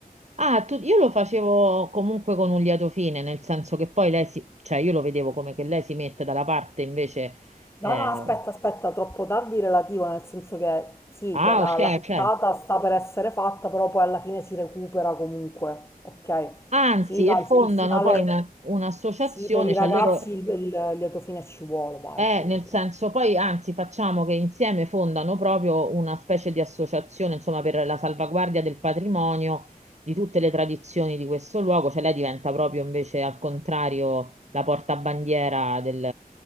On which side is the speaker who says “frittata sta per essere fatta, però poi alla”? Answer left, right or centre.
Left